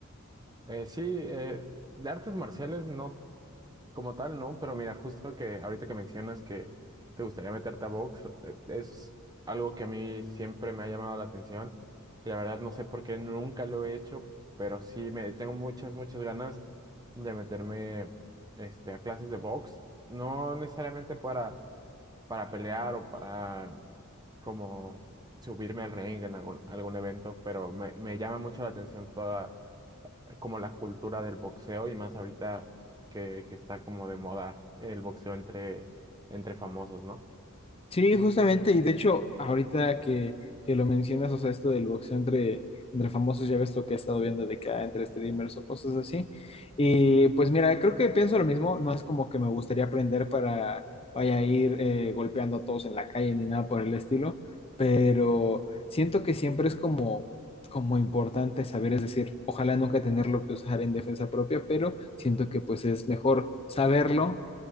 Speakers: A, on the right (about 20°); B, on the left (about 25°).
A: Eh, sí, eh, de artes marciales no como tal, no, pero mira, justo que ahorita que mencionas que te gustaría meterte a box, eh, es algo que a mí siempre me ha llamado la atención. Y la verdad no sé por qué nunca lo he hecho, pero sí me tengo muchas, muchas ganas de meterme este, a clases de box. No necesariamente para, para pelear o para como subirme al ring en algún, algún evento, pero me, me llama mucho la atención toda como la cultura del boxeo y más ahorita que, que está como de moda el boxeo entre, entre famosos, ¿no?
B: Sí, justamente, y de hecho, ahorita que, que lo mencionas, o sea, esto del boxeo entre, entre famosos, ya ves lo que he estado viendo de que ah, entre streamers o cosas así. Y pues mira, creo que pienso lo mismo, no es como que me gustaría aprender para vaya a ir eh, golpeando a todos en la calle ni nada por el estilo, pero siento que siempre es como, como importante saber, es decir, ojalá nunca tenerlo que usar en defensa propia, pero siento que pues es mejor saberlo